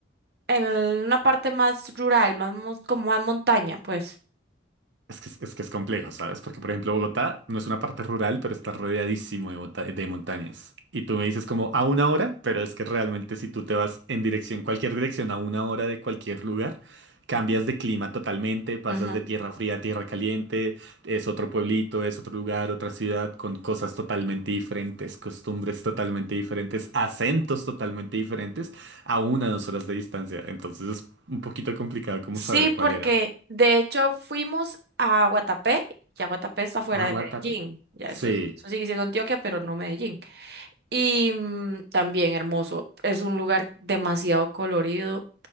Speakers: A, on the right; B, on the right.
A: en una parte más rural, más mos- como más montaña, pues.
B: Es que, es es que es complejo, ¿sabes? Porque, por ejemplo, Bogotá no es una parte rural, pero está rodeadísimo de, monta- de montañas. Y tú me dices como a una hora, pero es que realmente si tú te vas en dirección, cualquier dirección, a una hora de cualquier lugar, cambias de clima totalmente, pasas
A: Ujú.
B: de tierra fría a tierra caliente, es otro pueblito, es otro lugar, otra ciudad, con cosas totalmente diferentes, costumbres totalmente diferentes, acentos totalmente diferentes, a una o dos horas de distancia. Entonces es un poquito complicado como
A: Sí,
B: saber
A: porque
B: cuál era.
A: de hecho fuimos a Guatapé, ya Guatapé está fuera
B: Ah,
A: de
B: Guatate.
A: Medellín, ya
B: Sí.
A: eso, es- eso sigue siendo Antioquia, pero no Medellín. Y mm, también hermoso, es un lugar demasiado colorido.